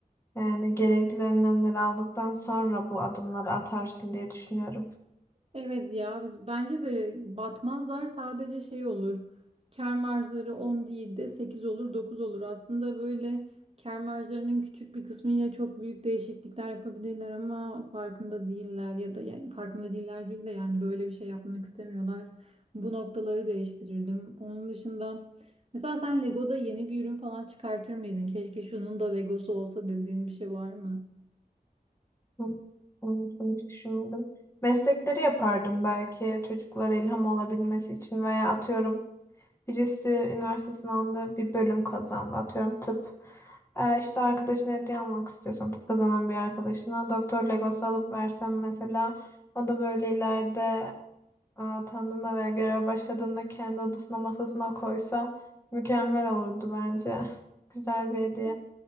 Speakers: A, on the left; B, on the right.
A: yani gerekli önlemleri aldıktan sonra bu adımları atarsın diye düşünüyorum.
B: Evet ya biz bence de batmazlar sadece şey olur. Kâr marjları 10 değil de 8 olur 9 olur. Aslında böyle kâr marjlarının küçük bir kısmıyla çok büyük değişiklikler yapabilirler ama farkında değiller ya da yani farkında değiller değil de yani böyle bir şey yapmak istemiyorlar. Bu noktaları değiştirirdim. Onun dışında mesela sen Lego'da yeni bir ürün falan çıkartır mıydın? Keşke şunun da Legosu olsa dediğin bir şey var mı?
A: Hı, Onun hiç düşünmedim. Meslekleri yapardım belki çocuklara ilham olabilmesi için veya atıyorum Birisi üniversite sınavında bir bölüm kazandı. Atıyorum tıp. Ee, işte arkadaşına hediye almak istiyorsan tıp kazanan bir arkadaşına doktor legosu alıp versem mesela o da böyle ileride e, atandığında veya göreve başladığında kendi odasına masasına koysa mükemmel olurdu bence. <laughs> Güzel bir hediye.